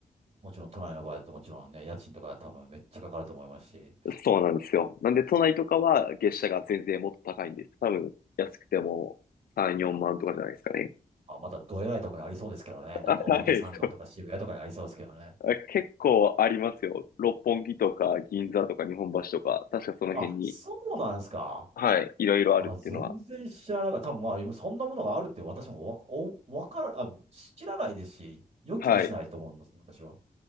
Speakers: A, on the right; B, on the left.
A: もちろん都内の場合だともちろんね、家賃とか多分めっちゃかかると思いますし、
B: そうなんですよ。なんで都内とかは月謝が全然もっと高いんです。多分安くても3、4万とかじゃないですかね。
A: あ、またどえらいとこにありそうですけどね。
B: <laughs>
A: なんか表参道とか渋谷とかにありそうですけどね。
B: はい、そう。あ結構ありますよ。六本木とか銀座とか日本橋とか、確かその辺に、
A: あ、そうなんですか。
B: はい、いろいろあるっていうのは。
A: あ、全然知らなかった。多分まあ、今そんなものがあるって私もわ、お、わから、あ、知らないですし、予期もしないと思うんですね、
B: はい。
A: 私は。